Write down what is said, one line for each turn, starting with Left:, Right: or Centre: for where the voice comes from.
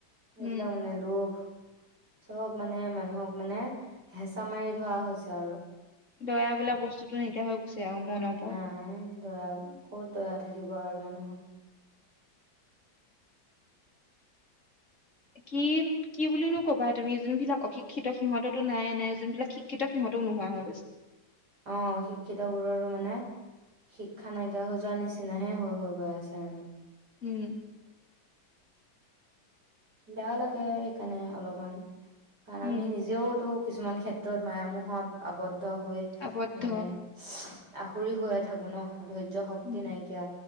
Right: এইবিলাক
Left: উম
Right: মানে লোভ চব মানে মানুহক মানে হেঁচা মাৰি ধৰা হৈছে আৰু
Left: দয়া বোলা বস্তুটো নাইকিয়া হৈ গৈছে আৰু মনৰ পৰা
Right: নাই দিয়া ক'ত দিয়া থাকিব আৰু মানুহৰ
Left: কি কি বুলিনো কবা তুমি যোনবিলাক অশিক্ষিত সিহঁততো নাই নাই যোনবিলাক শিক্ষিত সিহঁতও নোহোৱা হৈ গৈছে
Right: অ শিক্ষিত বোৰৰো মানে শিক্ষা নাইকিয়া হৈ যোৱা নিচিনাহে হৈ হৈ গৈ আছে আৰু
Left: উম
Right: বেয়া লাগে মানে অলপমান কাৰণ
Left: উম
Right: আমি নিজেও তো কিছুমান ক্ষেত্ৰত মায়মোহত আৱদ্ধ দ্ধ হৈ
Left: আবদ্ধ
Right: মানে আখুৰি হৈয়ে থাকোঁ ন ধৈৰ্য্য শক্তি
Left: উ
Right: নাইকিয়া